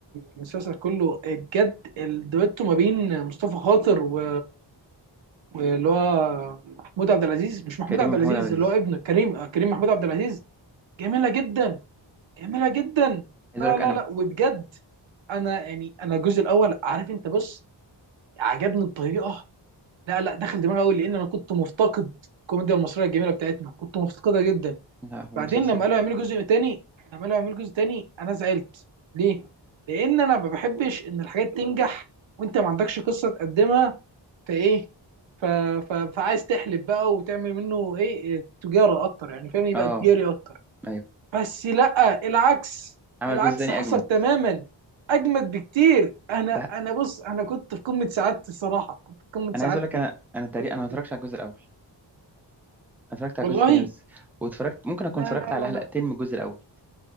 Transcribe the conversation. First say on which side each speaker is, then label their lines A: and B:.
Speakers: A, on the right; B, in the centre.
A: المسلسل كله بجد الدويتو ما بين مصطفى خاطر و... واللي هو محمود عبد العزيز مش محمود
B: كريم
A: عبد
B: محمود
A: العزيز
B: عبد العزيز
A: اللي هو ابنه كريم آه، كريم محمود عبد العزيز جميلة جدا جميلة جدا
B: عايز
A: لا
B: أقول لك
A: لا
B: أنا
A: لا وبجد انا يعني انا الجزء الاول عارف انت بص عجبني بطريقة لا لا دخل دماغي قوي لان انا كنت مفتقد الكوميديا المصرية الجميلة بتاعتنا كنت مفتقدها جدا
B: لا هو
A: بعدين
B: مسلسل
A: لما قالوا يعملوا جزء تاني لما قالوا يعملوا جزء تاني انا زعلت ليه لان انا ما بحبش ان الحاجات تنجح وانت ما عندكش قصه تقدمها فايه ف... ف... فعايز تحلب بقى وتعمل منه ايه تجاره اكتر يعني فاهم يبقى
B: أه
A: تجاري اكتر
B: أيوه
A: بس لا العكس
B: عمل
A: العكس
B: جزء تاني
A: حصل
B: أجمد
A: تماما اجمد بكتير انا
B: ده
A: انا بص انا كنت في قمه سعادتي الصراحه كنت في قمه سعادتي
B: أنا عايز أقول لك أنا أنا تقريبا
A: في الجزء
B: أنا ما
A: التاني
B: اتفرجتش على الجزء الأول أنا اتفرجت على
A: والله
B: الجزء التاني بس واتفرجت ممكن أكون
A: لا
B: اتفرجت
A: لا
B: على
A: لا
B: حلقتين
A: لا
B: من الجزء الأول